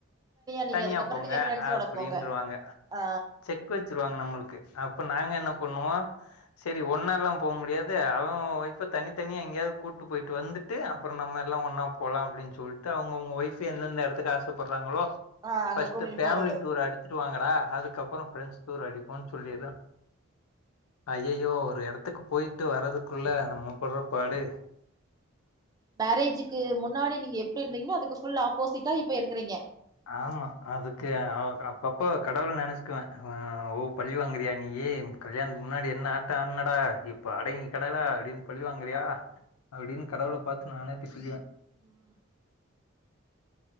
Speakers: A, on the right (about 15°); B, on the left (about 90°).
A: நீங்க
B: தனியா
A: அதுக்கப்புறோ
B: போங்க
A: நீங்க ஃப்ரெண்ட்ஸோட
B: அப்டின்றுவாங்க
A: போங்க ஆ
B: செக் வச்சிருவாங்க நம்மளுக்கு அப்ப நாங்க என்ன பண்ணுவோ சரி ஒன்னால்லா போ முடியாது அவ அவ ஒய்ஃப தனி தனியா எங்காயாவது கூட்டு போயிட்டு வந்துட் டு அப்பற நம்ம எல்லா ஒன்னா போலா அப்டின்னு சொல்ட்டு அவங்க அவங்க ஒயஃப் எந்தெந்த எடத்துக்கு ஆசைப்படுறாங்களோ
A: ஆ அங்க
B: பர்ஸ்டட்
A: கூட்டிட்டு
B: ஃபேமிலி
A: போறது
B: டூர் அடிச்சிட்டு வாங்கடா அதுக்கப்பற ஃப்ரெண்ட்ஸ் டூர் அடிப்போம்ன்னு சொல்லிரு ஐயையோ ஒரு எடத்துக்கு போயிட்டு வரதுக்குள்ள நம்ம பட்ற பாடு
A: மேரேஜிக்கு முன்னாடி நீங்க எப்டி இருந்தீங்கன்னோ அதுக்கு ஃபுல் ஆப்போசிட்டா இப்ப இருக்கறீங்க
B: ஆமா அதுக்கு அவ அப்ப அப் போ கடவுள நெனைச்சிக்குவே ஓ பழி வாங்குறியா நீயி கல்யாணத்துக்கு முன்னாடி என்ன ஆட்டா ஆனடா இப்ப அடங்கி கடடா அப்டின்னு பழிவாங்குரியா அப்டின் கடவுள பாத்து நானே திட்டிக்குவே
A: ம்